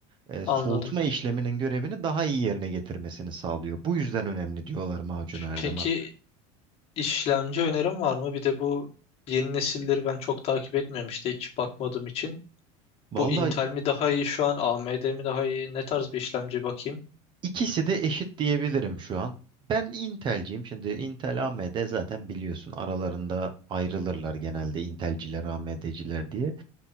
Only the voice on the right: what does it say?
e, soğutma
işleminin görevini daha iyi yerine getirmesini sağlıyor. Bu yüzden önemli diyorlar macunu her
zaman.
Vallahi
İkisi de eşit diyebilirim şu an. Ben Intel'ciyim. Şimdi Intel AMD zaten biliyorsun aralarında ayrılırlar genelde Intel'ciler AMD'ciler diye.